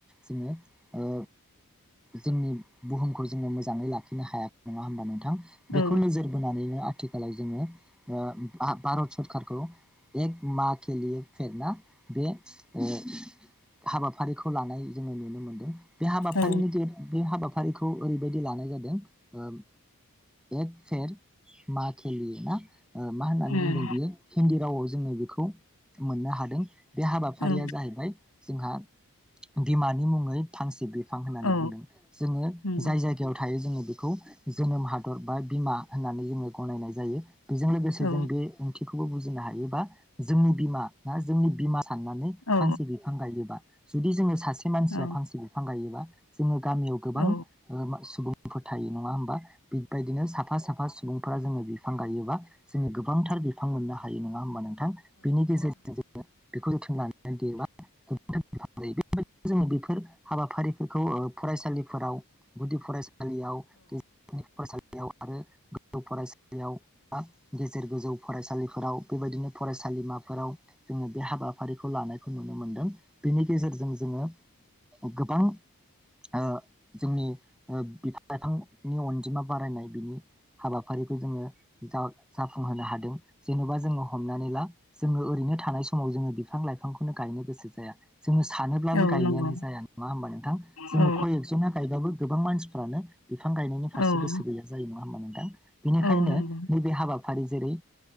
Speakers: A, in the centre; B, on the left.
A: जोङो ओ जोंनि बुहुमखौ जोङो मोजाङै लाखिनो हाया नङा होनोमबा नों थां
B: औ
A: बेखौ नोजोर बोनानैनो आथि <unintelligible> जोङो भा-भारत सोरखारारखौ एक मा केलि फेर ना बे ओ‌ हाबाफारिखौ लानाय जोङो नुनो मोनदों बे हाबाफारिनि
B: औ
A: बे हाबाफारिखौ खौ ओरैबायदि लानाय जादों ओ एक फेर मा केलि ना ओ मा होननानै
B: उम
A: बुंदों बियो हिन्दी रावआव जोङो बेखौ मोननो हादों बे हाबाफारिया
B: औ
A: जाहैबाय जोंहा बिमानि मुङै फांसे बिफ फां‌ ह़न्नानै
B: औ
A: बुंदोन जोङो
B: नंगौ
A: जाय जायगायाव जायों जोङो खौ जोनोम हादर बा बिमा होननानै जोङो गनायनाय जायो बेजों लोगोसे
B: औ
A: जों बे ओंथिखौ खौबो बुजिनो हायोबा जोंनि बिमा ना जोंनि बिमा । साननानै
B: औ
A: फांसे बिफां गायोबा । जुदि जोङो सास। सासे मानसिया
B: औ
A: फांसे बिफां गायोबा । जोंङो। गामियाव गोबां
B: औ
A: ओ-सुबुं । फोर थायो नङा होमबा? बेबायदिनो साफा साफा सुबुं । फोरा जोङो बिफां गायोबा जोङो गोबांथार बिफां मोननो हायो नङा होमबा नों । थां बेनि गेजेरजों। <unintelligible> <unintelligible> जों बेफोर हाबाफारिफोरखौ फरायसालिफोराव गुदि फरायसा। लियाव। <unintelligible> बेव-आरो गोजौ- फरायसालियाव बा गेजेर गोजौ फरायसालिफोराव बेबायदिनो फरायसालिमाफोराव। जोङो। बे हाबाफारिखौ लानायखौ नुनो मोनदों। बिनि गेजेरजों जोङो। गोबां ओ- जोंनि बिफां लाइफांनि अनजिमा बारायनाय बिनि हाबाफारिखौ जोङो जाउ-जाफुंहोनो हादों जेनेबा। जोङो हमनानै ला जोङो। बिनो <inaudible> थानाय समाव जोङो बिफां लाइफांखौनो गायनो गोसो जाया। जोङो सानोब्लाबो
B: औ
A: गायनायानो
B: नंगौ औ नंगौ औ नंगौ
A: जाया नङा होमबा नोंथां जोङो
B: औ
A: खय एकजना गायबाबो गोबां मानसि। फोरानो। बिफां गायनायनि फारसे
B: औ
A: गोसो गैया जायो न। होमबा नोंथां। बिनिखायनो
B: औ नंगौ
A: नैबे हाबा। फारि जेरै